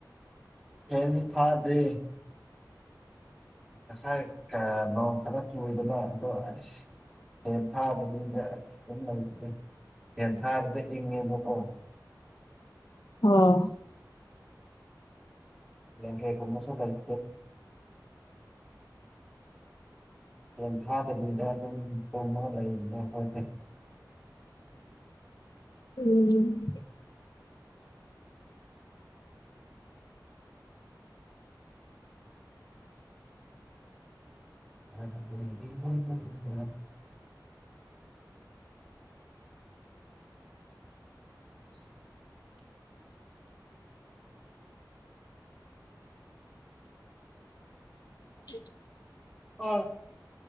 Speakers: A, in the centre; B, on the left (about 65°).
A: ꯐꯦꯟ ꯊꯥ ꯗꯦ ꯊꯁꯥꯏ ꯃꯑꯣꯡ ꯈꯔ ꯀꯨꯏꯗꯅ ꯑꯗꯣ ꯑꯁ ꯍꯌꯦ ꯊꯥꯗꯕꯤꯗ ꯑꯩꯁ ꯑꯗꯨꯝ ꯂꯩꯔ ꯌꯦꯟ ꯊꯥꯔꯗ ꯏꯪꯉꯦꯕꯀꯣ
B: ꯑꯣ
A: ꯂꯦꯡꯒꯦꯒꯨꯝꯃꯁꯂ ꯏ ꯐꯦꯟ ꯊꯥꯗꯕꯤꯗ ꯑꯗꯨꯝ ꯇꯨꯝꯃ ꯂꯩꯅ ꯍꯣꯠꯅꯩ <unintelligible>
B: ꯎꯝ
A: ꯑ <unintelligible>
B: ꯎ
A: ꯍ